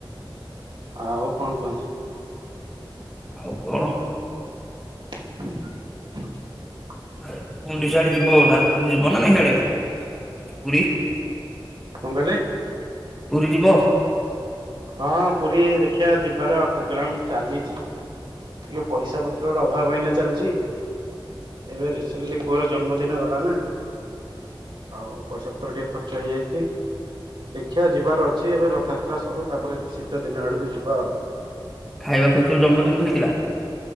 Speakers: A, on the right; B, in the centre.
A: ଆଉ କଣ କୁହନ୍ତୁ?
B: ଆଉ କଣ?
A: <unintelligible>
B: ଆଉ ଗୁଣ୍ଡି ଚାଡେ ଯିବ ଯିବ ନା ନାହିଁ ହ୍ଯାଡେ ପୁରୀ
A: କଣ କହିଲେ?
B: ପୁରୀ ଯିବ?
A: ହଁ ପୁରୀ ଦେଖିବା ଯିବାର ପ୍ରୋଗ୍ରାମ ଚାଲିଚି ଟିକେ ପଇସା ପତ୍ର ର ଅଭାବ ଏଇନା ଚାଲିଚି ଏବେ ରିସେଣ୍ଟଲି ପୁଅର ଜନ୍ମଦିନ ଗଲା ନା ଆଉ ପଇସା ପତ୍ର ଟିକେ ଖର୍ଚ୍ଚ ହେଇଯାଇଚି ଦେଖିବା ଯିବାର ଅଛି ଏବେ ରଥଯାତ୍ରା ସରୁ ତାପରେ ଶୀତ ଦିନ ଆଡକୁ ଯିବା ଆଉ।
B: ଖାଇବାକୁ ସବୁ ଜନ୍ମଦିନକୁ ହେଇଥିଲା।